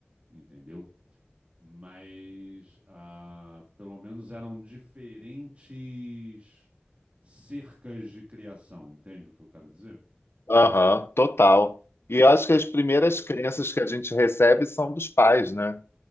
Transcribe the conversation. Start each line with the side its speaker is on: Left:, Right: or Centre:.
Right: entendeu? Mas ah, pelo menos eram diferentes cercas de criação, entende o que eu quero dizer?
Left: Aham, total. E eu acho que as primeiras crenças que a gente recebe são dos pais, né?